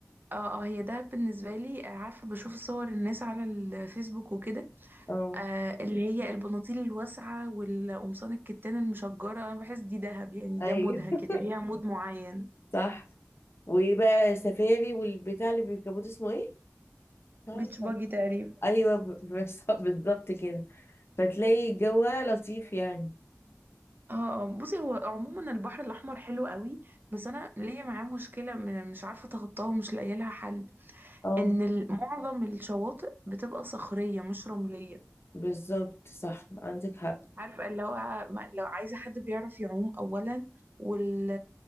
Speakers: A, on the right; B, on the left.
A: اه اه هي ده بالنسبة لي آه، عارفة بشوف صور الناس على الفيسبوك وكده
B: اه
A: آه اللي هي البناطيل الواسعة والقمصان الكتان المشجرة انا بحس دي دهب يعني
B: ايوه
A: ده مودها كده ليها مود معين
B: <laughs> صح وبقى سفاري والبتاع اللي بيركبوه ده اسمه ايه؟ مش
A: بيتش
B: عارفة
A: باجي تقريبا
B: ايوه ب- بس- <laughs> بالظبط كده فتلاقي جوها لطيف يعني
A: اه اه بصي هو عموما البحر الأحمر حلو قوي بس أنا ليا معاه مشكلة م- مش عارفة أتخطاها ومش لاقية لها حل
B: اه
A: إن ال- معظم الشواطئ بتبقى صخرية مش رملية
B: بالظبط صح عندك حق
A: عارفة اللي هو ما- لو عايزة حد بيعرف يعوم أولا وال